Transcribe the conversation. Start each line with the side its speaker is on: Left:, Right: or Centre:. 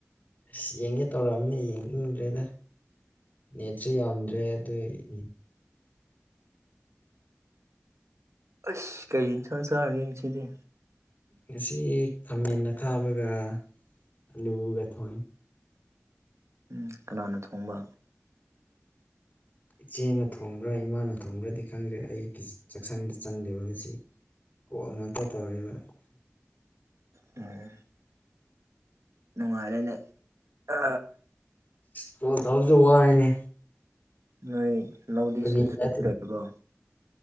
Left: ꯑꯁ ꯌꯦꯡꯒꯦ ꯇꯧꯔꯛꯑꯃꯤꯅ ꯌꯦꯡꯅꯤꯡꯗ꯭ꯔꯦꯗ ꯅꯦꯆ ꯌꯥꯟ꯭ꯔꯦ ꯑꯗꯨ ꯑꯗꯨ
Right: ꯑꯁ ꯀꯩ ꯁꯪ ꯆꯥꯔꯒꯦ ꯁꯤꯗꯤ
Left: ꯉꯁꯤ ꯈꯥꯃꯦꯟ ꯑ ꯈꯥꯕꯒ ꯑꯂꯨꯒ ꯊꯣꯟꯅꯤ
Right: ꯎ ꯀꯅꯥꯅ ꯊꯣꯡꯕ
Left: ꯏꯆꯦꯅ ꯊꯣꯡꯕ꯭ꯔꯥ ꯏꯃꯥꯅ ꯊꯣꯡꯕ꯭ꯔꯥꯗꯤ ꯈꯪꯗ꯭ꯔꯦ ꯑꯩ ꯆꯥꯛꯁꯪꯗ ꯆꯪꯗꯦꯕ ꯉꯁꯤ ꯀꯣꯛ ꯉꯥꯛꯇ ꯇꯧꯔꯤꯕ
Right: ꯎꯝ ꯅꯨꯡꯉꯥꯏꯔꯦꯅꯦ ꯑ
Left: ꯀꯣꯜ ꯇꯧꯁꯨ ꯋꯥꯏꯅꯦ
Right: ꯅꯣꯏ ꯂꯧꯗꯤꯁꯤꯡ
Left: ꯐꯥꯒꯤ
Right: ꯁ
Left: ꯅꯠꯇꯦ
Right: ꯂꯣꯏꯔꯤꯕꯣ